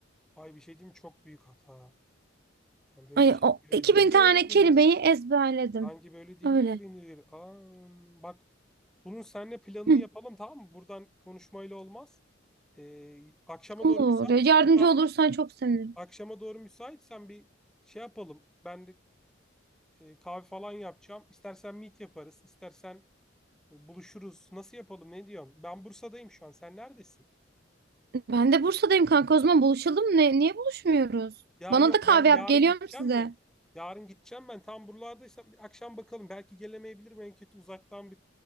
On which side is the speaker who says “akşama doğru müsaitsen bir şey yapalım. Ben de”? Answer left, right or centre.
Centre